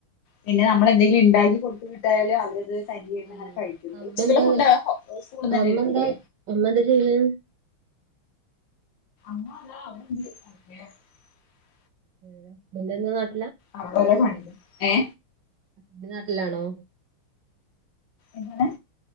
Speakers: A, on the left; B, on the right.
A: പിന്നെ നമ്മൾ എന്തെങ്കിലും ഇണ്ടാക്കി കൊടുത്ത് വിട്ടായാലും അവരത് തനിയെഇര്ന്നങ്ങനെ
B: ആഹ്
A: കഴിക്കും
B: അമ്മ
A: ഉച്ചക്ക്ള്ള
B: എന്താ
A: ഫുഡാ സ്കൂള്ന്നെന്നെ
B: അമ്മ
A: കിട്ടൂല്ലേ
B: എന്താ അമ്മ എന്താ ചെയ്യണ്
A: <unintelligible>
B: <unintelligible>
A: അവ്ടോരോ <unintelligible> ഏ
B: <unintelligible> നാട്ടിലാണോ
A: എങ്ങനെ